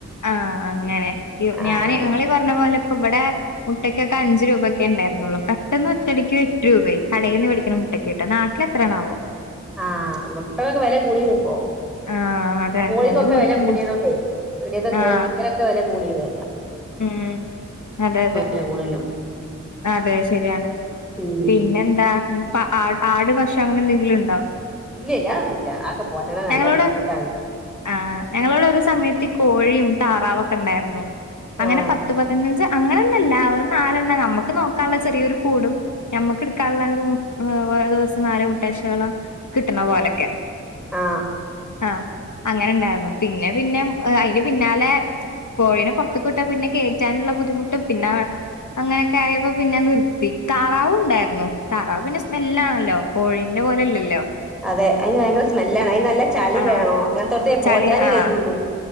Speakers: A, on the left (about 80°); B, in the centre.
A: ആഹ് അങ്ങനെ
B: ആഹ്
A: ഞാന് നിങ്ങള് പറഞ്ഞ പോലെ ഇപ്പ ഇവിടെ മുട്ടക്കൊക്കെ അഞ്ച് രൂപൊക്കെ ഉണ്ടായിരുന്നുള്ളൂ. പെട്ടന്ന് ഒറ്റടിക്കും എട്ട് രൂപ ആയി കടയിൽ നിന്ന് പേടിക്കുന്ന മുട്ടക്കെ നാട്ടിൽ എത്രയാണാവോ?
B: ആഹ് മുട്ടക്കൊക്കെ വില കൂടി ഇപ്പോ.
A: ആഹ് അതെ
B: കോഴിക്കൊക്കെ
A: വെല കൂടുന്നുണ്ട്
B: വില കൂടിയതോണ്ടേ. ടിയക്കെ കോഴി
A: ആഹ്
B: ചിക്കനോക്കെ വെല കൂടിത്.
A: ഉം അതെ അതെ
B: വെല കൂടല്ലോ
A: അതെ ശരിയാണ്.
B: ഉം
A: പിന്നെന്താ ആടു ഭക്ഷ അങ്ങനെന്തെങ്കിലും ഉണ്ടോ?
B: ഇല്ല ഇല്ല അ ഒന്നുമില്ല ആക്കെ പോട്ടണ നല്ല
A: ഞങ്ങളോട്
B: ബുദ്ധിമുട്ടാണ്.
A: ആഹ് ഞങ്ങളോട് ഒരു സമയത്ത് ഈ കോഴിയും താറാവൊക്കെ ഉണ്ടായിരുന്നു. അങ്ങനെ
B: ആഹ്
A: പത്ത് പതിനഞ്ച് അങ്ങനെ നല്ല ഒരു നാലെണ്ണ നമ്മക്ക് നോക്കാനുള്ള ചെറിയൊരു കൂടും ഞമ്മക്ക് എടുക്കാനുള്ള ഒരു ഓരോ ദിവസം നാല് മുട്ടാശകളോ കിട്ടണ പോലൊക്കെ.
B: ആ
A: ആ അങ്ങനെണ്ടായിരുന്നു. പിന്നെ പിന്നെ അതിന് പിന്നാലെ കോഴിനെ ത്ത് കിട്ടാ പിന്നെ കേറ്റാനുള്ള ബുദ്ധിമുട്ടും പിന്നെ അങ്ങനെയൊക്കെ ആയപ്പോ പിന്നെ നിർത്തി താറാവും ഉണ്ടായിരുന്നു. താറാവ് പിന്നെ സ്മെല്ലാണല്ലോ. കോഴീന്റെ പോലെല്ലല്ലോ
B: അതെ അതിന് ഭയങ്കര സ്മെല്ലാണ്. അതിന് നല്ല ചളി
A: ആഹ്
B: വേണോ അങ്ങനെത്തോടത്ത
A: ചളി
B: പോറ്റാനും
A: ആഹ്
B: കയുള്ളൂ.